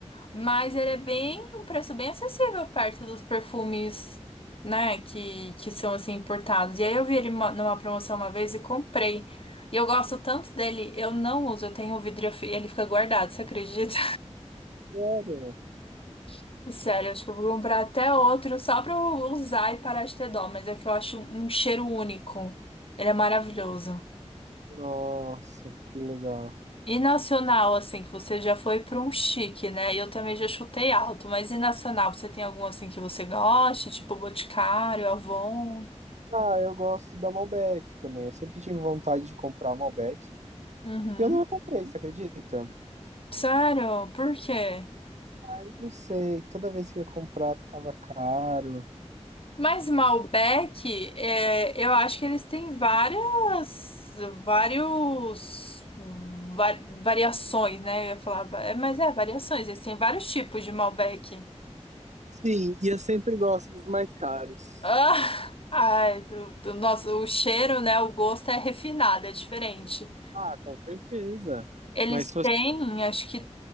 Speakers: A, on the left; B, on the right.
A: Mas ele é bem, um preço bem acessível perto dos perfumes, né, que, que são assim importados. E aí eu vi ele uma- numa promoção uma vez e comprei. E eu gosto tanto dele, eu não uso, eu tenho o vidro e eu fi- ele fica guardado, você acredita?
B: sério.
A: <laughs> Sério, acho que eu vou comprar até outro só pra eu usar e parar de ter dó, mas é que eu acho um cheiro único. Ele é maravilhoso.
B: Nossa, que legal.
A: E nacional, assim, que você já foi para um chique, né? E Eu também já chutei alto, mas e nacional, você tem algum assim que você goste, tipo Boticário, Avon?
B: Ah, eu gosto da Malbec também. Eu sempre tive vontade de comprar Malbec.
A: Uhum.
B: E eu não comprei, você acredita?
A: Sério? Por quê?
B: Eu não sei. Toda vez que eu ia comprar, tava caro.
A: Mas Malbec, é, eu acho que eles têm várias, vários va- variações, né? Eu ia falar, va- é, mas é, variações, eles têm vários tipos de Malbec.
B: Sim, e eu sempre gosto dos mais caros.
A: Ah, <laughs> ai, do, do nosso, o cheiro, né? O gosto é refinado, é diferente.
B: Ah, com certeza.
A: Eles
B: Mas se você,
A: têm, acho que